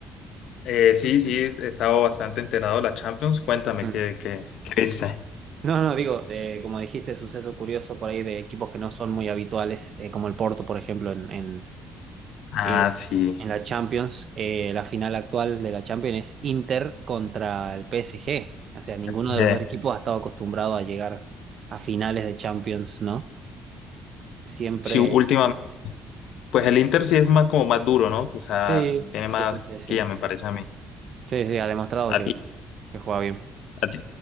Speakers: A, on the left (about 70°); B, on the right (about 40°).
A: Eh, sí, sí, he he estado bastante enterado de la Champions. Cuéntame
B: Mm.
A: qué, qué, qué viste.
B: No, no, digo, eh, como dijiste, suceso curioso por ahí de equipos que no son muy habituales, eh, como el Porto, por ejemplo, en, en,
A: Ah,
B: eh,
A: sí.
B: en la Champions. Eh, la final actual de la Champions es Inter contra el PSG. O sea, ninguno
A: Sí,
B: de los dos equipos ha estado acostumbrado a llegar a finales de Champions, ¿no? Siempre...
A: sí, últimamente Pues el Inter sí es más como más duro, ¿no? O sea,
B: Sí,
A: tiene más
B: sí, sí, sí, sí.
A: que ya me parece a mí.
B: Sí, sí, ha demostrado
A: ¿A
B: que,
A: ti,
B: que juega bien.
A: a ti,